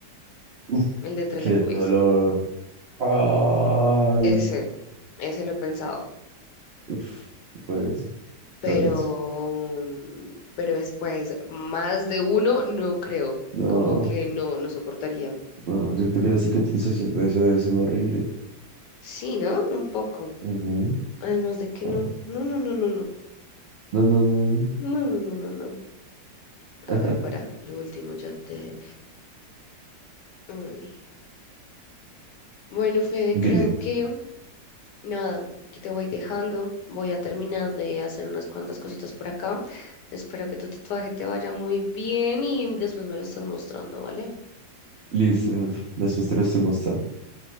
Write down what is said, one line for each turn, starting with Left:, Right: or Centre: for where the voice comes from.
Right: Uf,
Left: el de entre
Right: qué
Left: las boobies.
Right: dolor. Ay,
Left: Ese, ese lo he pensado,
Right: uf, lo denso,
Left: pero,
Right: lo denso.
Left: mm, pero después, más de uno, no creo,
Right: No.
Left: como que no, no soportaría.
Right: No, yo creo que la cicatrización de eso debe ser horrible.
Left: Sí, ¿no? Un poco.
Right: Ujú,
Left: Además de que
Right: papi.
Left: no, no, no, no, no, no,
Right: No, no, no, no.
Left: no, no, no, no, no. A
Right: <laughs>
Left: ver, para, lo último ya te... Ay. Bueno, Fede,
Right: Dime.
Left: creo que nada, que te voy dejando, voy a terminar de hacer unas cuantas cositas por acá. Espero que tu tatuaje te vaya muy bien y después me lo estás mostrando, ¿vale?
Right: Listo, Leandro. después te lo estoy mostrando.